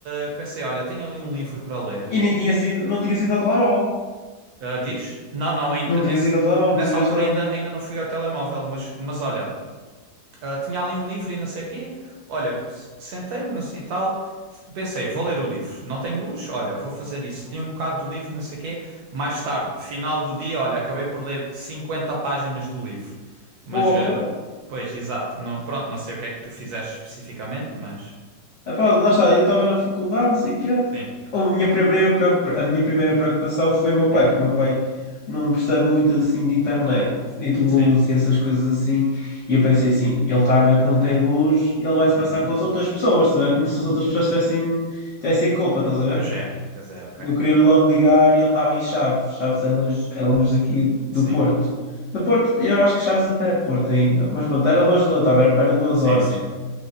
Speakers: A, on the right; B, on the left.
A: ah, pensei, olha, tenho ali um livro para ler.
B: E nem tinha sido, não tinha sido ao telemóvel.
A: Ah, diz? Não, não, ainda,
B: Não
A: nesse,
B: tinha sido ao telemóvel,
A: nessa
B: não sabias
A: altura
B: nada.
A: ainda, ainda não fui ao telemóvel, mas, mas olha, ah, tinha ali um livro e não sei o quê. Olha, s- sentei-me não sei e tal, pensei, vou ler o livro. Não tenho luz? Olha, vou fazer isso. Li um bocado do livro, não sei o quê. Mais tarde, final do dia, olha, acabei por ler 50 páginas do livro. Mas,
B: Porra,
A: ah, pois, exato. Não, pronto, não sei o que é que tu fizeste especificamente, mas.
B: Epá, lá está, eu estava na faculdade, não sei o quê.
A: Sim.
B: A minha primeira, preocupa- a minha primeira preocupação foi o meu pai,
A: Uhum.
B: porque o meu pai não percebe muito assim de internet e de luz
A: Sim.
B: e essas coisas assim. E eu pensei assim, ele está a ver que não tem luz, ele vai se passar
A: Uhum.
B: com as outras pessoas, estás a ver? como se as outras pessoas tivessem, tivessem culpa, estás a ver?
A: Pois é, pois é, ok.
B: Eu queria logo ligar e ele estava em Chaves. Chaves é longe, é longe daqui do
A: Sim,
B: Porto. Do Porto, eu acho que Chaves até é Porto ainda. Mas pronto, era longe de onde eu estava, era, era duas
A: sim,
B: horas
A: sim.